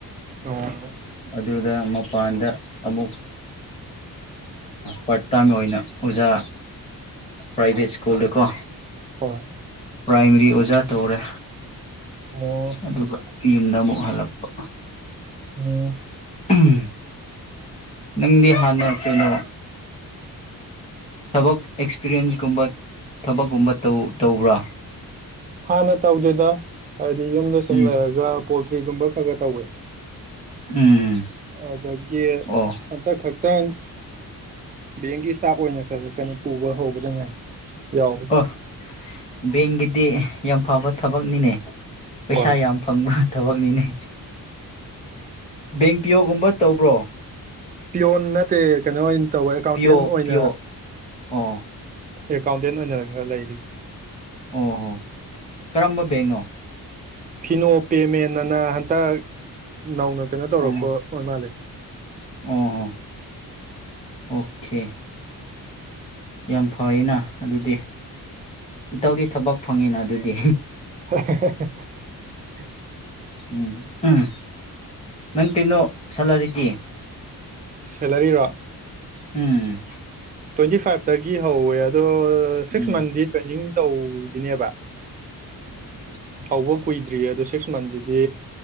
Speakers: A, on the right (about 25°); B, on the left (about 15°).
A: ꯑꯣ
B: ꯑꯗꯨꯗ ꯃꯄꯥꯟꯗ ꯑꯃꯨꯛ ꯄꯥꯔꯠ ꯇꯥꯏꯝ ꯑꯣꯏꯅ ꯑꯣꯖꯥ ꯄ꯭ꯔꯥꯏꯚꯦꯠ ꯁ꯭ꯀꯨꯜꯗꯀꯣ
A: ꯍꯣꯏ
B: ꯄ꯭ꯔꯥꯏꯃꯔꯤ ꯑꯣꯖꯥ ꯇꯧꯔꯦ
A: ꯑꯣ
B: ꯑꯗꯨꯒ ꯌꯨꯝꯗ ꯑꯃꯨꯛ ꯍꯜꯂꯛꯄ
A: ꯑꯣ
B: ꯎꯝ ꯅꯪꯗꯤ ꯍꯥꯟꯅ ꯀꯩꯅꯣ ꯊꯕꯛ ꯑꯦꯛꯁꯄꯤꯔꯤꯌꯦꯟꯁꯀꯨꯝꯕ ꯊꯕꯛꯀꯨꯝꯕ ꯇꯧ ꯇꯧꯕ꯭ꯔꯥ
A: ꯍꯥꯥꯟꯅ ꯇꯧꯗꯦꯗ ꯍꯥꯏꯗꯤ ꯌꯨꯝꯗ
B: ꯎꯝ
A: ꯁꯨꯝ ꯂꯩꯔꯒ ꯄꯣꯜꯇ꯭ꯔꯤꯒꯨꯝꯕ ꯈꯔ ꯈꯔ ꯇꯧꯋꯦ
B: ꯎꯝ
A: ꯑꯗꯒꯤ
B: ꯑꯣ
A: ꯍꯟꯗꯛ ꯈꯛꯇꯪꯒꯤ ꯕꯦꯡꯀꯤ ꯏꯁꯇꯥꯞ ꯑꯣꯏꯅ ꯈꯔ ꯈꯔ ꯀꯩꯅꯣ ꯄꯨꯕ ꯍꯧꯕꯗ ꯉꯥꯏ ꯌꯥꯎꯋꯤ
B: ꯑꯣ ꯕꯦꯡꯒꯤꯗꯤ ꯌꯥꯝ ꯐꯕ ꯊꯕꯛꯅꯤꯅꯦ ꯄꯩꯁꯥ
A: ꯍꯣꯏ
B: ꯌꯥꯝ ꯐꯪꯕ ꯊꯕꯛꯅꯤꯅꯦ ꯕꯦꯡ ꯄꯤꯌꯣ ꯒꯨꯝꯕ ꯇꯧꯕ꯭ꯔꯣ
A: ꯄꯤꯌꯣꯞ ꯅꯠꯇꯦ ꯀꯩꯅꯣ ꯇꯧꯕ ꯑꯦꯀꯥꯎꯟꯇꯦꯟ
B: ꯄꯤꯌꯣ
A: ꯑꯣꯏꯅ
B: ꯄꯤꯌꯣ ꯑꯣ
A: ꯑꯦꯀꯥꯎꯟꯇꯦꯟ ꯑꯣꯏꯅ ꯈꯔ ꯂꯩꯔꯤ
B: ꯑꯣ ꯍꯣ ꯀꯔꯝꯕ ꯕꯦꯡꯅꯣ
A: ꯐꯤꯅꯣ ꯄꯦꯃꯦꯟ ꯑꯅ ꯍꯟꯇꯛ ꯅꯧꯅ ꯀꯩꯅꯣ ꯇꯧꯔꯛꯄ
B: ꯑꯣ
A: ꯑꯣꯏ ꯃꯥꯜꯂꯦꯅꯦ
B: ꯑꯣ ꯍꯣ ꯑꯣꯀꯦ ꯌꯥꯝ ꯐꯌꯦꯅ ꯑꯗꯨꯗꯤ ꯏꯇꯥꯎꯗꯤ ꯊꯕꯛ ꯐꯪꯉꯦꯅ ꯑꯗꯨꯗꯤ
A: ꯍꯦ ꯍꯦ ꯍꯦ
B: ꯎꯝ ꯎꯝ ꯅꯪ ꯀꯩꯅꯣ ꯁꯦꯜꯂꯔꯤꯗꯤ
A: <unintelligible> ꯁꯦꯂꯔꯤꯔꯣ
B: ꯎꯝ
A: ꯇ꯭ꯋꯦꯟꯇꯤꯥꯐꯥꯏꯚ ꯇ ꯒꯤ ꯍꯧꯋꯦ ꯑꯗꯣ ꯁꯤꯛꯁ
B: ꯎꯝ
A: ꯃꯟꯗꯤ ꯇ꯭ꯔꯦꯅꯤꯡ ꯇꯧꯒꯤꯅꯦꯕ
B: ꯍ <unintelligible>
A: ꯋꯣꯛ ꯀꯨꯏꯗ꯭ꯔꯤꯌꯦ ꯑꯗꯣ ꯁꯤꯛꯁ ꯃꯟꯁꯤꯗꯤ